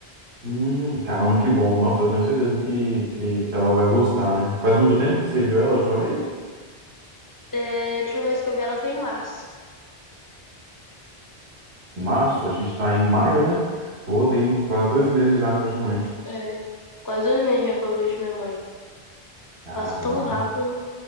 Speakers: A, on the right; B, on the left.
A: Hum, caramba, que bom! Nossa, eu tenho certeza que, que, que ela vai gostar, né? Faz muito tempo que você viu ela a última vez?
B: É, a última vez que eu vi ela foi em março.
A: Março, a gente tá em maio, né? Pô, tem quase dois meses já, né, praticamente.
B: É, quase dois meses já que eu não vejo minha mãe.
A: Caramba.
B: Passa tão rápido.